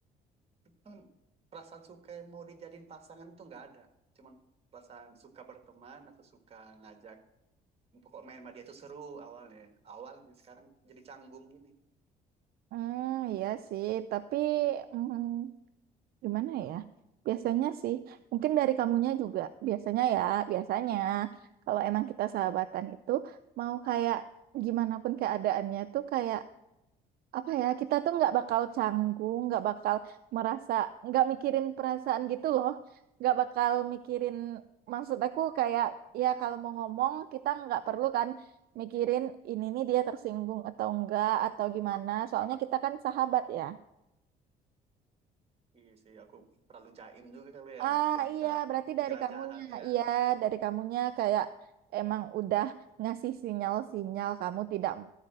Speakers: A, on the right; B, on the right.
A: Cuman perasaan suka yang mau dijadiin pasangan tuh nggak ada cuman perasaan suka berteman atau suka ngajak pokok main sama dia tuh seru awalnya awalnya sekarang jadi canggung gini
B: Hmm, iya sih, tapi hmm, Gimana ya? Biasanya sih, mungkin dari kamunya juga. Biasanya ya, biasanya kalau emang kita sahabatan itu mau kayak gimana pun keadaannya tuh kayak apa ya? Kita tuh nggak bakal canggung, nggak bakal merasa, nggak mikirin perasaan gitu loh. Nggak bakal mikirin maksud aku kayak ya kalau mau ngomong kita nggak perlu kan mikirin ini nih dia tersinggung atau enggak atau gimana. Soalnya kita kan sahabat ya.
A: iya sih aku terlalu jaim juga kali
B: Ah
A: ya biar
B: iya,
A: nggak
B: berarti
A: dikira
B: dari kamunya.
A: jahat ya
B: Iya, dari kamunya kayak emang udah ngasih sinyal-sinyal kamu tidak